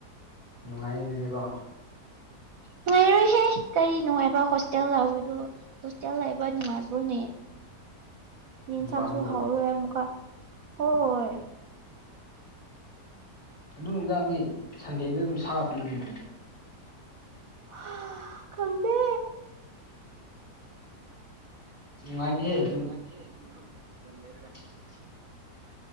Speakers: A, on the left; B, on the right.
A: ꯅꯨꯡꯉꯥꯏꯅꯤ ꯑꯗꯨꯗꯤꯀꯣ
B: ꯅꯨꯡꯉꯥꯏꯔꯣꯏꯍꯦ ꯀꯔꯤ ꯅꯨꯡꯉꯥꯏꯕ ꯍꯣꯁꯇꯦꯜ ꯂꯥꯛꯄꯗꯨ ꯍꯣꯁꯇꯦꯜ ꯂꯩꯕ ꯅꯨꯡꯉꯥꯏꯕ꯭ꯔꯣꯅꯦ ꯌꯦꯟꯁꯥꯡꯁꯨ
A: ꯃꯄꯥꯟꯗꯨꯕꯨ
B: ꯍꯥꯎꯔꯣꯢ ꯑꯃꯨꯛꯀ ꯍꯣꯏ
A: ꯑꯗꯨ ꯅꯨꯃꯤꯗꯥꯡꯗꯤ ꯁꯟꯗꯦꯗ ꯑꯗꯨꯝ ꯁꯥ ꯄꯤꯕꯤꯔꯣ
B: ꯍꯥ ꯈꯪꯗꯦ
A: ꯅꯨꯉꯥꯢꯅꯤꯍꯦ
B: ꯅꯨꯡꯉꯥꯏꯅꯤꯍꯦ ꯑꯗꯨ ꯃꯔꯨꯞ ꯌꯦꯟ ꯂꯩꯔꯒ
A: <inaudible>